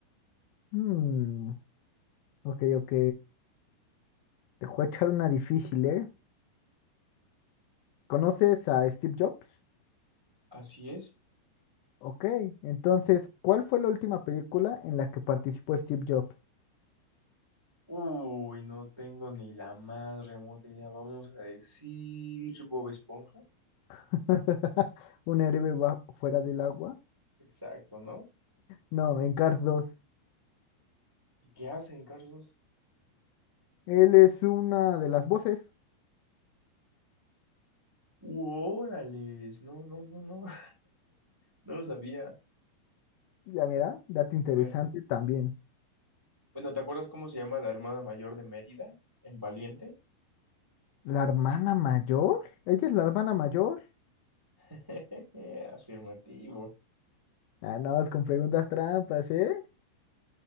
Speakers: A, on the left; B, on the right.
A: Hmm, ok, ok. Te voy a echar una difícil, ¿eh? ¿Conoces a Steve Jobs?
B: Así es.
A: Ok, entonces, ¿cuál fue la última película en la que participó Steve Jobs?
B: Uy, no tengo ni la más remota idea. Vamos a decir Bob Esponja.
A: <laughs> ¿Un héroe ba- fuera del agua?
B: Exacto, ¿no?
A: No, en Cars dos
B: ¿Y qué hacen, Carlos?
A: Él es una de las voces,
B: ¡Órales! No, no, no, no. <laughs> No lo sabía.
A: ya mira, dato interesante
B: A ver.
A: también.
B: Bueno, ¿te acuerdas cómo se llama la hermana mayor de Mérida? ¿En Valiente?
A: ¿La hermana mayor? ¿Ella es la hermana mayor?
B: <laughs> Afirmativo.
A: Ah, nada más con preguntas trampas, ¿eh?